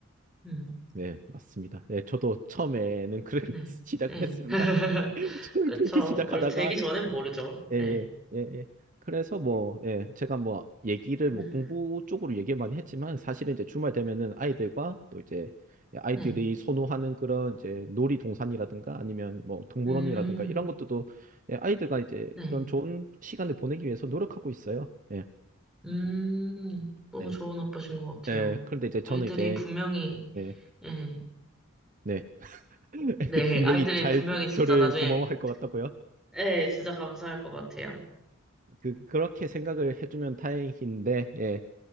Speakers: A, in the centre; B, on the right.
A: 음.
B: 네, 맞습니다. 네, 저도 처음에는 그렇게
A: 네.
B: <laughs> 시작을
A: 네.
B: 했습니다.
A: <laughs>
B: <laughs> 저는
A: 그쵸.
B: 그렇게 시작하다가
A: 원래 되기 전엔 모르죠.
B: 예,
A: 네.
B: 예, 예, 예. 그래서 뭐, 예, 제가 뭐, 얘기를
A: 네.
B: 뭐, 공부 쪽으로 얘기를 많이 했지만, 사실은 이제 주말 되면은 아이들과 또 이제 아이들이
A: 네.
B: 선호하는 그런 이제 놀이동산이라든가 아니면 뭐, 동물원이라든가
A: 음.
B: 이런 것들도 예, 아이들과 이제
A: 네.
B: 그런 좋은 시간을 보내기 위해서 노력하고 있어요. 예,
A: 음. 너무
B: 네.
A: 좋은 아빠신 것 같아요.
B: 예, 그런데 이제
A: 아이들이
B: 저는 이제,
A: 분명히,
B: 네,
A: 예.
B: 네. <laughs> 애들이
A: 네,
B: 분명히
A: 아이들이
B: 잘
A: 분명히 진짜
B: 저를
A: 나중에,
B: 고마워할 것 같다고요.
A: 네 진짜 감사할 것 같아요.
B: 그, 그렇게 생각을 해주면 다행인데, 예.